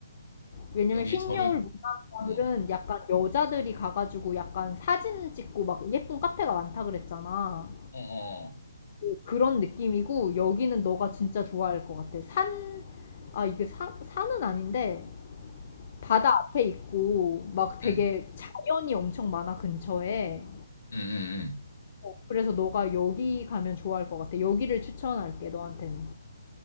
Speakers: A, on the left (about 35°); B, on the left (about 75°).
A: 왜냐면
B: 여기
A: 흰
B: 절은,
A: 여울 문화마을은
B: 어,
A: 약간 여자들이 가가지고 약간 사진 찍고 막 예쁜 카페가 많다 그랬잖아.
B: 어, 어. 어.
A: 어, 그런 느낌이고 여기는 너가
B: 응.
A: 진짜 좋아할 것 같아. 산, 아, 이게 산, 산은 아닌데 바다 앞에 있고 막 되게
B: 응.
A: 자연이 엄청 많아 근처에.
B: 응, 응, 응.
A: 어, 그래서 너가 여기 가면 좋아할 것 같아. 여기를 추천할게, 너한테는.